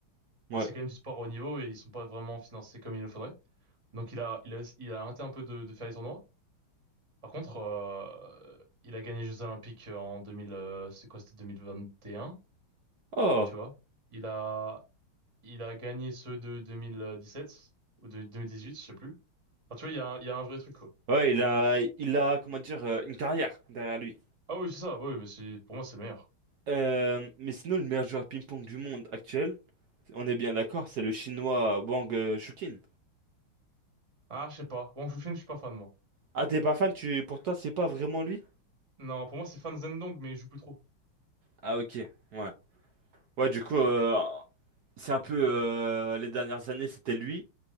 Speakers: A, on the right; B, on the right.
A: Ouais.
B: Parce que c'est quand même du sport au niveau et ils sont pas vraiment financés comme il le faudrait. Donc il a, il a, il a arrêté un peu de, de faire les tournois. Par contre, euh, il a gagné les Jeux Olympiques en 2000, euh, c'est quoi, c'était 2021,
A: Oh.
B: tu vois. Il a, il a gagné ceux de 2017 ou de 2018, je sais plus. Enfin, tu vois, il y a, un- il y a un vrai truc, quoi.
A: Ouais, il a il a comment dire euh, une carrière derrière lui.
B: Ah oui, c'est ça, bah oui, mais c'est, pour moi, c'est le meilleur.
A: Euh, mais sinon, le meilleur joueur ping-pong du monde actuel, on est bien d'accord, c'est le chinois Wang euh, Shuqin.
B: Ah, je sais pas. Wang Chun je suis pas fan, moi.
A: Ah, t'es pas fan, tu... pour toi, c'est pas vraiment lui?
B: Non, pour moi, c'est Fan Zhendong, mais il joue plus trop.
A: Ah, ok, ouais. Ouais, du coup, euh, c'est un peu euh, les dernières années, c'était lui.